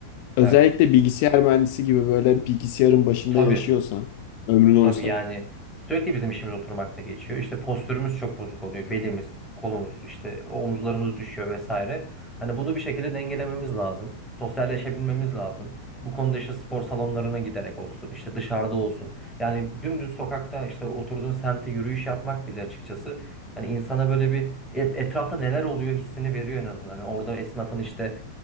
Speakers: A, in the centre; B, on the left.
A: Evet.
B: Özellikle bilgisayar mühendisi gibi böyle bilgisayarın başında
A: Tabii.
B: yaşıyorsan, ömrün
A: Tabii
B: oysa.
A: yani sürekli bizim işimiz oturmakla geçiyor. İşte postürümüz çok bozuk oluyor. Belimiz, kolumuz, işte omuzlarımız düşüyor vesaire. Hani bunu bir şekilde dengelememiz lazım. Sosyalleşebilmemiz lazım. Bu konuda işte spor salonlarına giderek olsun, işte dışarıda olsun. Yani dümdüz sokakta işte oturduğun semte yürüyüş yapmak bile açıkçası hani insana böyle bir et- etrafta neler oluyor hissini veriyor en azından. Yani orada esnafın işte